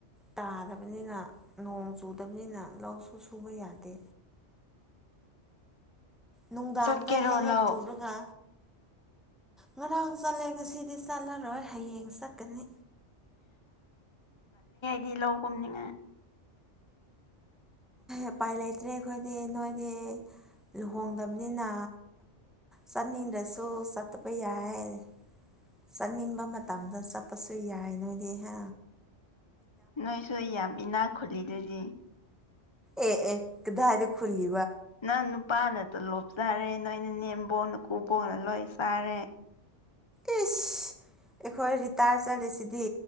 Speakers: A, in the centre; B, on the left (about 25°).
A: ꯇꯥꯗꯕꯅꯤꯅ ꯅꯣꯡ ꯆꯨꯗꯕꯅꯤꯅ ꯂꯧꯁꯨ ꯁꯨꯕ ꯌꯥꯗꯦ ꯅꯨꯡꯗꯥꯡꯗ
B: ꯆꯠꯀꯦꯔꯣ
A: ꯍꯦꯛ
B: ꯂꯧ
A: ꯍꯦꯛ ꯆꯨꯔꯒ ꯉꯔꯥꯡ ꯆꯠꯂꯦ ꯉꯁꯤꯗꯤ ꯆꯠꯂꯔꯣꯏ ꯍꯌꯦꯡ ꯆꯠꯀꯅꯤ
B: ꯗꯤ ꯂꯧꯒꯨꯝꯅꯤꯉ
A: ꯎꯄꯥꯏ ꯂꯩꯇ꯭ꯔꯦ ꯑꯩꯈꯣꯏꯗꯤ ꯅꯣꯏꯗꯤ ꯂꯨꯍꯣꯡꯗꯕꯅꯤꯅ ꯆꯠꯅꯤꯡꯗ꯭ꯔꯁꯨ ꯆꯠꯇꯄ ꯌꯥꯏ ꯆꯠꯅꯤꯡꯕ ꯃꯇꯝꯗ ꯆꯠꯄꯁꯨ ꯌꯥꯏ ꯅꯣꯏꯗꯤ ꯍꯦ
B: ꯅꯣꯏ ꯁꯣꯏ ꯌꯥꯝ ꯏꯅꯥꯛ ꯈꯨꯂꯤꯗꯨꯗꯤ
A: ꯑꯦ ꯑꯦ ꯀꯗꯥꯥꯏꯗ ꯈꯨꯂ
B: ꯅꯪ ꯅꯨꯄꯥꯅꯇ ꯂꯣꯞ ꯆꯥꯔꯦ ꯅꯣꯏꯅ ꯅꯦꯝꯕꯣꯡꯅ ꯀꯨꯕꯣꯡꯅ ꯂꯣꯏ ꯆꯥꯔꯦ
A: ꯑꯦꯁ ꯑꯩꯈꯣꯏ ꯔꯤꯇꯥꯌꯔ ꯆꯠꯔꯤꯁꯤꯗꯤ